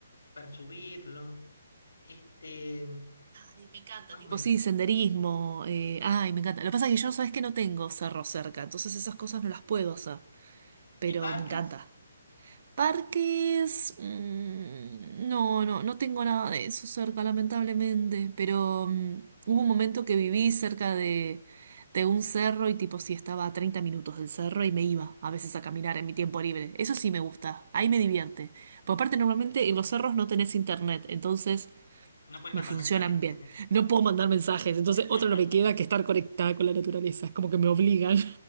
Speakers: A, on the left (about 80°); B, on the right (about 55°).
A: para subirlo. Este,
B: Ay, me encanta,
A: más
B: tipo,
A: o menos.
B: sí, senderismo, eh, ay, me encanta. Lo que pasa es que yo, sabes que no tengo cerro cerca, entonces esas cosas no las puedo hacer, pero
A: Y parques,
B: me encanta. Parques, mm, no, no, no tengo nada de eso cerca, lamentablemente, pero mm, hubo un momento que viví cerca de, de un cerro y tipo sí estaba a 30 minutos del cerro y me iba a veces a caminar en mi tiempo libre. Eso sí me gusta, ahí me divierte. Por aparte, normalmente en los cerros no tenés internet, entonces
A: no puedes
B: me
A: mandar
B: funcionan
A: mensajes.
B: bien. No puedo mandar mensajes, entonces
A: <laughs>
B: otra no me queda que estar conectada con la naturaleza, es como que me obligan,